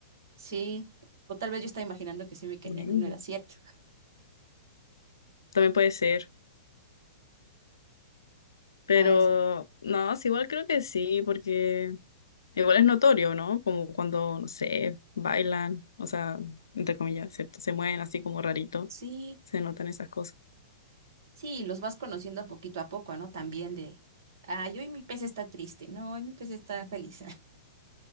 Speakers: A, on the right (about 65°); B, on the left (about 80°).
A: Sí, o tal vez yo estaba imaginando que sí me querían
B: bueno,
A: y no era cierto.
B: también puede ser. Pero,
A: Ay, sí,
B: no, sí, igual creo que sí, porque Igual es notorio, ¿no? Como cuando, no sé, bailan, o sea, entre comillas, ¿cierto? Se mueven así como rarito,
A: sí,
B: se notan esas cosas.
A: sí, los vas conociendo poquito a poco, ¿no? También de, ay, hoy mi pez está triste, no, hoy mi pez está feliz.